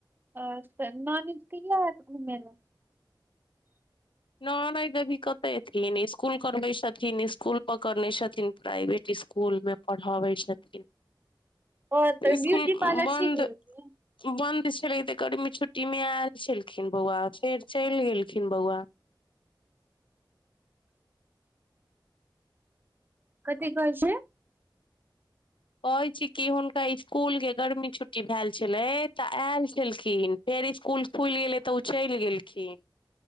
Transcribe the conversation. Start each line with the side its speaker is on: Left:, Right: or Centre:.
Right: अच्छा। ननैद कहिख आएत घूमय लए?
Left: ननैद अभी कतय अयथिन। इसकुल करबैत छथिन, इसकुल पकड़ने छथिन प्राइवेट इसकुल। इसकुल मे पढ़बै छथिन।
Right: ओ
Left: तऽ इसकुल
Right: ब्यूटी पार्लर
Left: बन्द
Right: सीख लेलकै।
Left: बन्द छलै, तऽ गर्मी छुट्टीमे आयल छलखिन बौआ। फेर चलि गेलखिन बौआ।
Right: कथि कहैत छियै?
Left: कहैत छी कि हुनका इसकुलके गर्मी छुट्टी भएल छलै, तऽ आयल छलखिन। फेर इसकुल खुलि गेले तऽ ओ चलि गेलखिन।